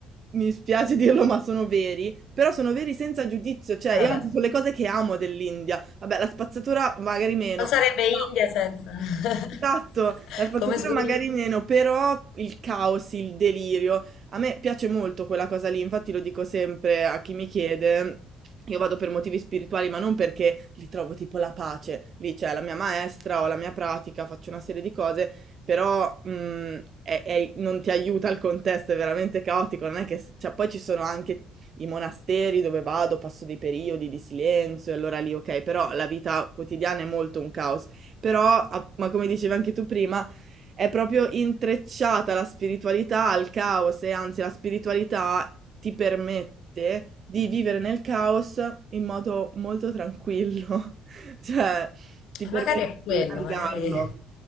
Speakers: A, on the right (about 45°); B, on the left (about 70°).
A: mi spiace dirlo ma sono veri, però sono veri senza giudizio, cioè
B: E vabbè,
A: io anzi son le cose che amo dell'India. Vabbè, la spazzatura magari meno,
B: non sarebbe
A: però
B: India senza... <laughs>
A: Esatto, la spazzatura
B: Come scusi?
A: magari meno, però il caos, il delirio. A me piace molto quella cosa lì, infatti lo dico sempre a chi mi chiede. Io vado per motivi spirituali, ma non perché li trovo tipo la pace. Lì c'è la mia maestra, ho la mia pratica, faccio una serie di cose, però mh, è- è- non ti aiuta il contesto, è veramente caotico. Non è che, cioè, poi ci sono anche i monasteri dove vado, passo dei periodi di silenzio, e allora lì ok, però la vita quotidiana è molto un caos. Però, a- ma come dicevi anche tu prima, è proprio intrecciata la spiritualità al caos e anzi la spiritualità ti permette di vivere nel caos in modo molto tranquillo, <laughs> cioè ti permette
B: Magari è quello,
A: di navigarlo.
B: magari,